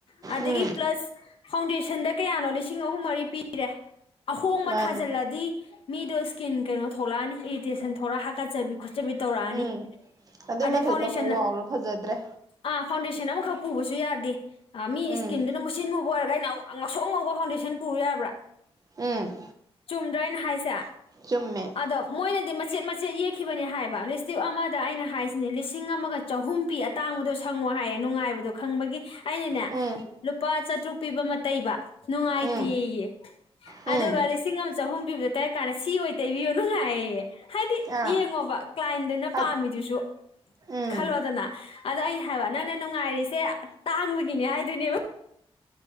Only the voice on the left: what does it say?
ꯑꯗꯒꯤ
ꯄ꯭ꯂꯁ ꯐꯥꯎꯗꯦꯁꯟ ꯁꯟꯗ ꯀꯌꯥꯅꯣ ꯂꯤꯁꯤꯡ ꯑꯍꯨꯝ ꯃꯔꯤ ꯄꯤꯔꯦ ꯑꯍꯣꯡꯕ
ꯊꯥꯖꯤꯜꯂꯗꯤ ꯃꯤꯗꯣ ꯁ꯭ꯀꯤꯟ ꯀꯩꯅꯣ ꯊꯣꯛꯂꯛꯑꯅꯤ ꯏꯔꯤꯇꯦꯁꯟ ꯊꯣꯛꯂꯛꯑ ꯍꯥꯀꯠꯆꯕꯤ ꯈꯣꯠꯆꯕꯤ ꯇꯧꯔꯛꯑꯅꯤ
ꯑꯗꯩ
ꯐꯥꯎꯟꯗꯦꯁꯟ
ꯑꯥ ꯐꯥꯎꯟꯗꯦꯁꯟ ꯑꯃꯈꯛ ꯎꯕꯁꯨ ꯌꯥꯗꯦ ꯃꯤ
ꯏꯁꯀꯤꯟꯗꯨꯅ ꯃꯨꯁꯤꯟꯃꯨꯕ ꯑꯣꯏꯔꯒ ꯑꯩꯅ ꯉꯧꯁꯣꯛ ꯉꯧꯕ ꯐꯥꯎꯟꯗꯦꯁꯟ ꯄꯨꯕꯥ ꯌꯥꯕ꯭ꯔꯥ
ꯆꯨꯝꯗ꯭ꯔꯥ ꯑꯩꯅ ꯍꯥꯏꯁꯦ
ꯑꯗꯣ ꯃꯣꯏꯅꯗꯤ ꯃꯆꯦꯠ ꯃꯆꯦꯠ ꯌꯦꯛꯈꯤꯕꯅꯦ ꯍꯥꯏꯕ ꯂꯤꯁꯇꯤꯞ ꯑꯃꯗ ꯑꯩꯅ ꯍꯥꯏꯁꯤꯅꯦ ꯂꯤꯁꯤꯡ ꯑꯃꯒ ꯆꯍꯨꯝ ꯄꯤ ꯑꯇꯥꯡꯕꯗꯣ ꯁꯪꯉꯣ ꯍꯥꯏꯌꯦ ꯅꯨꯡꯉꯥꯏꯕꯗꯣ ꯈꯪꯕꯒꯤ ꯑꯩꯅꯅꯦ
ꯂꯨꯄꯥ ꯆꯥꯇ꯭ꯔꯨꯛ ꯄꯤꯕ ꯑꯃ ꯇꯩꯕ ꯅꯨꯡꯉꯥꯏꯇꯦꯌꯦ
ꯑꯗꯨꯒ ꯂꯤꯁꯤꯡ ꯑꯃ ꯆꯍꯨꯝ ꯄꯤꯕꯗ ꯇꯩꯔꯥ ꯀꯥꯟꯗ ꯁꯤ ꯑꯣꯏ ꯇꯩꯕꯤꯌꯣ ꯅꯨꯡꯉꯥꯏꯌꯦ ꯍꯥꯏꯗꯤ
ꯌꯦꯡꯉꯣꯕ ꯀ꯭ꯂꯥꯏꯟꯗꯨꯅ
ꯄꯥꯝꯃꯤꯗꯨꯁꯨ
ꯈꯜꯂꯣꯗꯅ ꯑꯗꯣ ꯑꯩꯅ ꯍꯥꯏꯕ ꯅꯪꯅ ꯅꯨꯡꯉꯥꯏꯔꯤꯁꯦ ꯇꯥꯡꯕꯒꯤꯅꯦ ꯍꯥꯏꯗꯣꯏꯅꯦꯕ